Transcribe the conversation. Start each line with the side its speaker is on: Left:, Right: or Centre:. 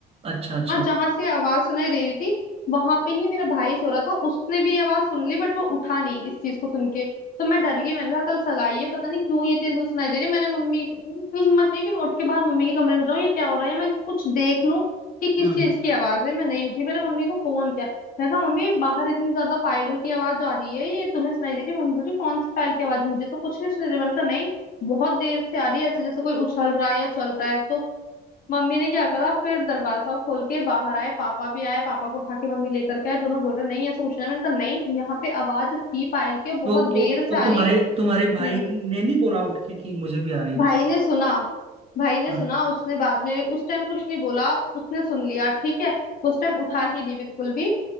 Right: अच्छा अच्छा
Left: और जहां से आवाज सुनाई दे रही थी वहां पे ही मेरा भाई सो रहा था उसने भी आवाज सुन ली बट वो उठा नहीं इस चीज को सुन के तो मैं डर गई मैंने कहा कल सगाई है पता नहीं क्यों ये चीज मुझे सुनाई दे रही है। मैंने मम्मी मेरी इतनी हिम्मत नहीं कि मैं उठ के बाहर मम्मी के कमरे में जाऊं ये क्या हो रहा है या मैं कुछ देख लूं कि किस
Right: हम्म
Left: चीज की आवाज है मैं नहीं उठी मैंने मम्मी को फोन किया मैं कहा मम्मी बाहर इतनी ज्यादा पायलों की आवाज आ रही है ये तुम्हें सुनाई दे रही है मम्मी बोली कौन सी पायल की आवाज मुझे तो कुछ नहीं सुनाई दे रही मैंने कहा नहीं बहुत देर से आ रही है ऐसे जैसे कोई उछल रहा है या चल रहा है तो मम्मी ने क्या करा फिर दरवाजा खोल के बाहर आए पापा भी आए पापा को उठा के मम्मी लेकर के आए दोनों बोल रहे नहीं ऐसा कुछ नहीं है।" मैंने कहा नहीं यहाँ पे आवाज थी पायल की और बहुत
Right: तो
Left: देर
Right: तो
Left: से
Right: तो
Left: आ
Right: तुम्हारे
Left: रही है
Right: तुम्हारे भाई
Left: हम्म
Right: ने नहीं बोला उठ के कि मुझे भी आ रही
Left: भाई
Right: है
Left: ने सुना भाई ने
Right: हाँ
Left: सुना उसने बाद में उस टाइम कुछ नहीं बोला उसने सुन लिया ठीक है उस टाइम उठा ही नहीं बिल्कुल भी